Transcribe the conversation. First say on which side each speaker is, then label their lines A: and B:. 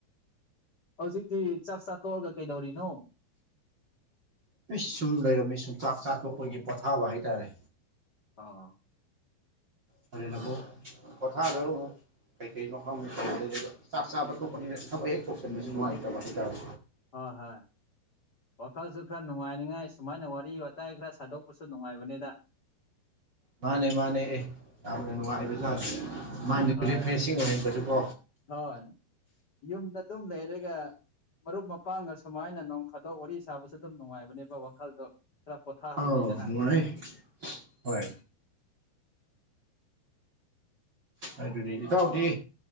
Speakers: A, on the left (about 40°); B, on the right (about 45°).
A: ꯍꯧꯖꯤꯛꯇꯤ ꯆꯥꯛ ꯆꯥ ꯇꯣꯛꯑꯒ ꯀꯩꯗꯧꯔꯤꯅꯣ
B: ꯄꯤꯁ ꯁꯨꯝ ꯂꯩꯔꯝꯃꯤ ꯁꯨꯝ ꯆꯥꯛ ꯆꯥꯛꯄ ꯄꯈꯣꯏꯒꯤ ꯄꯣꯊꯥꯕ ꯍꯥꯏꯇꯥꯔꯦ
A: ꯑꯥ
B: ꯍꯔꯅꯕꯨꯣ ꯀꯊꯗꯔꯣ ꯍ <unintelligible> ꯀꯩꯀꯩ ꯃꯐꯝ ꯈꯗ ꯆꯥꯛ ꯆꯥꯕ ꯇꯄꯅꯤꯅ ꯊꯕꯛ ꯍꯦꯛ ꯇꯧꯁꯟꯕꯁꯨ ꯅꯨꯡꯉꯥꯏꯇꯕ ꯍꯥꯏꯇꯥꯔꯦ
A: ꯍꯣꯏ ꯍꯣꯏ ꯋꯥꯈꯜꯁꯨ ꯈꯔ ꯅꯨꯡꯉꯥꯏꯅꯤꯉꯥꯏ ꯁꯨꯃꯥꯏꯅ ꯋꯥꯔꯤ ꯋꯥꯇꯥꯏ ꯈꯔ ꯁꯥꯗꯣꯛꯄꯁꯨ ꯅꯨꯡꯉꯥꯏꯕꯅꯤꯗ
B: ꯃꯥꯅꯦ ꯃꯥꯅꯦ ꯑꯦ ꯌꯥꯝꯅ ꯅꯨꯡꯉꯥꯏꯕꯖꯥꯠꯗꯦ ꯃꯥꯏꯟꯗ
A: ꯍꯣꯏ
B: ꯔꯤꯐ꯭ꯔꯦꯁꯤꯡ ꯑꯣꯏꯍꯟꯕꯗꯨꯀꯣ
A: ꯍꯣꯏ ꯌꯨꯝꯗ ꯑꯗꯨꯝ ꯂꯩꯔꯒ ꯃꯔꯨꯞ ꯃꯄꯥꯡꯒ ꯁꯨꯃꯥꯏꯅ ꯅꯣꯡ ꯐꯥꯗꯣꯛ ꯋꯥꯔꯤ ꯁꯥꯕꯁꯨ ꯑꯗꯨꯝ ꯅꯨꯡꯉꯥꯏꯕꯅꯦꯕ ꯋꯥꯈꯜꯗꯣ ꯈꯔ ꯄꯣꯊꯥꯍꯜꯂꯦꯗꯅ
B: ꯑꯥꯎ ꯅꯨꯡꯉ ꯅꯅꯦ <unintelligible> ꯍꯣꯏ ꯑꯗꯨ ꯑꯗꯨꯗꯤ ꯏꯇꯥꯎꯗꯤ